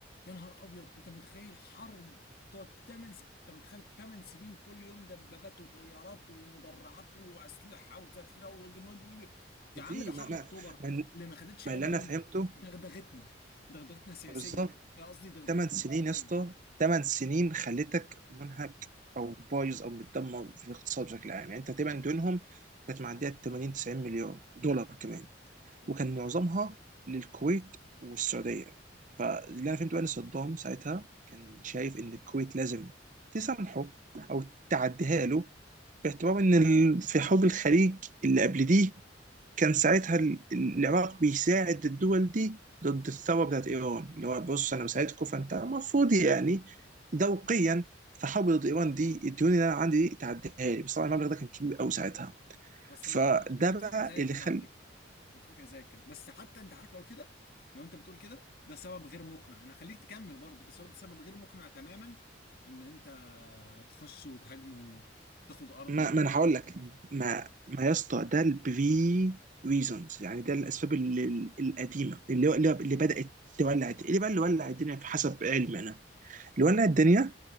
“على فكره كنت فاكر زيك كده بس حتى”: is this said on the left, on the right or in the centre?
Left